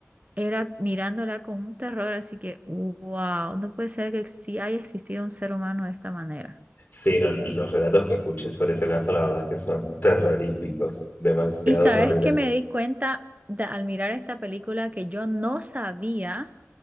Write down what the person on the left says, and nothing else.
Sí, no, los relatos que escuché sobre ese caso, la verdad es que son terroríficos, demasiados
horribles.